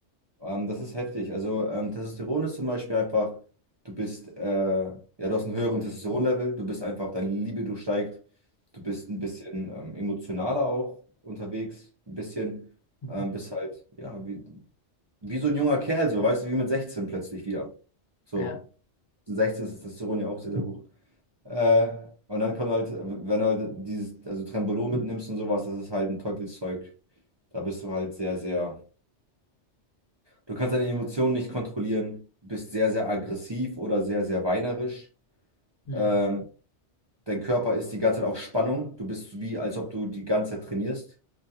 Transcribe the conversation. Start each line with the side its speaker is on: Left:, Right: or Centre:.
Right: Ähm, das ist heftig. Also ähm, Testosteron ist zum Beispiel einfach, du bist, äh, ja, du hast einen höheren Testosteronlevel, du bist einfach, deine Libido steigt, du bist ein bisschen ähm, emotionaler auch unterwegs, ein bisschen,
Left: Mhm.
Right: ähm, bist halt, ja, wie, wie so ein junger Kerl, so, weißt du, wie mit 16 plötzlich wieder. So.
Left: Ja.
Right: 16 ist das Testosteron ja auch sehr, sehr hoch. Äh, und dann kommt halt, wenn du halt dieses, also Trembolon mitnimmst und sowas, das ist halt ein Teufelszeug. Da bist du halt sehr, sehr, du kannst deine Emotionen nicht kontrollieren, du bist sehr, sehr aggressiv oder sehr, sehr weinerisch.
Left: Mhm.
Right: Ähm, dein Körper ist die ganze Zeit auf Spannung. Du bist wie, als ob du die ganze Zeit trainierst.